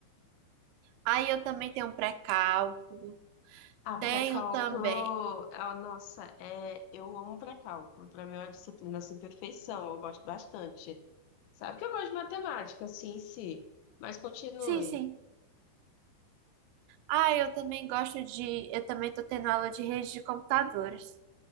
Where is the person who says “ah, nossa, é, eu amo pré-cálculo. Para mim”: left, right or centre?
Left